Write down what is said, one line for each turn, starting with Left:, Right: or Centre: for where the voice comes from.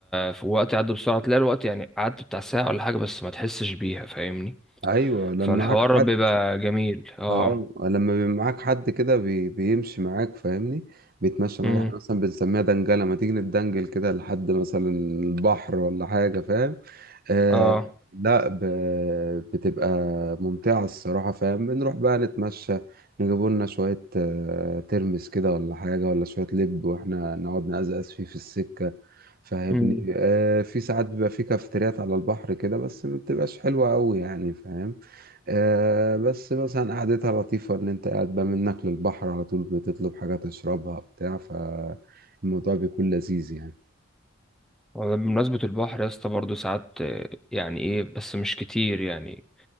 Centre: في وقت عدى بسرعة تلاقي الوقت يعني قعدت بتاع ساعة ولا حاجة بس ما تحسش بيها فاهمني
Right: ايوه لما
Centre: فالحوار
Right: معاك حد
Centre: بيبقى جميل اه
Right: اه لما بيبقى معاك حد كده بي... بيمشي معاك فاهمني بيتمشى معاك
Centre: امم
Right: احنا مثلا بنسميها دنجله ما تيجي نتدنجل كده لحد مثلا البحر ولا حاجه فاهم آه
Centre: اه
Right: لا ب... بتبقى ممتعة الصراحة فاهم بنروح بقى نتمشى نجيبوا لنا شوية آه، ترمس كده ولا حاجة ولا شوية لب واحنا نقعد نقزقز فيه في السكة فاهمني
Centre: امم
Right: آه في ساعات بيبقى في كافتريات على البحر كده بس ما بتبقاش حلوة أوي يعني فاهم آه بس مثلا قعدتها لطيفة إن أنت قاعد بقى منك للبحر على طول بتطلب حاجة تشربها بتاع فالموضوع بيكون لذيذ يعني
Centre: والله بمناسبة البحر يا اسطى برضه ساعات آه، يعني ايه بس مش كتير يعني